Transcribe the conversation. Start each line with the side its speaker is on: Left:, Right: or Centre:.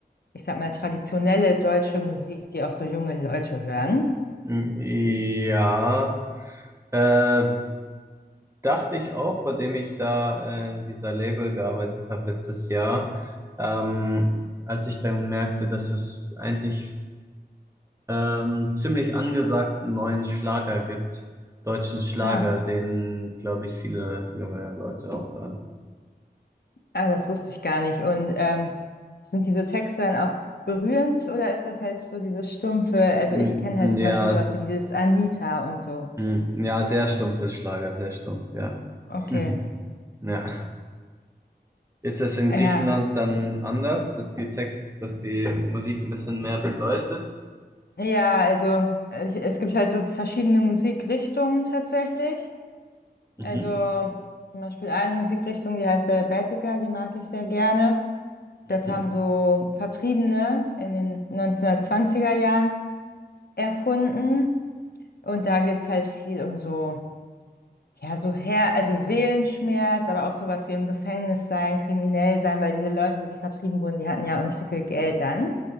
Left: ich sag mal, traditionelle deutsche Musik, die auch so junge Leute hören.
Right: M- ja, äh, dachte ich auch, vor dem ich da äh, in dieser Label gearbeitet habe letztes Jahr, ähm, als ich dann merkte, dass es eigentlich ähm, ziemlich angesagten neuen Schlager gibt, deutschen Schlager,
Left: Ah.
Right: den, glaube ich, viele junge Leute auch hören.
Left: Ah, das wusste ich gar nicht. Und ähm, sind diese Texte dann auch berührend oder ist das halt so dieses stumpfe? Also
Right: N
Left: ich kenne
Right: n
Left: halt zum Beispiel
Right: ja,
Left: sowas wie dieses Anita und so.
Right: n ja, sehr stumpfes Schlager, sehr stumpf, ja.
Left: Okay.
Right: <laughs> Ja. Ist das in
Left: Ja.
Right: Griechenland dann anders, dass die Text, dass die Musik ein bisschen mehr bedeutet?
Left: Ja, also äh, es gibt halt so verschiedene Musikrichtungen tatsächlich.
Right: Mhm.
Left: Also zum Beispiel eine Musikrichtung, die heißt der Baetica, die mag ich sehr gerne.
Right: Mhm.
Left: Das haben so Vertriebene in den 1920er Jahren erfunden. Und da geht es halt viel um so. Ja, so Her also Seelenschmerz, aber auch sowas wie im Gefängnis sein, kriminell sein, weil diese Leute, die vertrieben wurden, die hatten ja auch nicht so viel Geld dann.